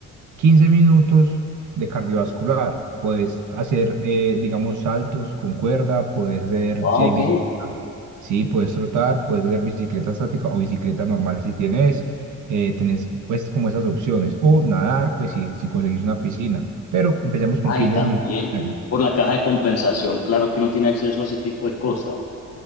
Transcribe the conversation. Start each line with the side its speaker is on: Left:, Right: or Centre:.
Right: 15 minutos de cardiovascular. Puedes hacer, eh, digamos, saltos con cuerda, puedes hacer,
Left: Ah,
Right: si
Left: ok.
Right: hay bicicleta, sí, puedes trotar, puedes hacer bicicleta estática o bicicleta normal si tienes, eh, tenés pues como esas opciones. O nadar, pues si, si conseguís una piscina. Pero empecemos con
Left: Ay,
Right: quince
Left: también.
Right: minutos. diarios.
Left: Por la caja de compensación, claro que uno tiene acceso a ese tipo de cosas.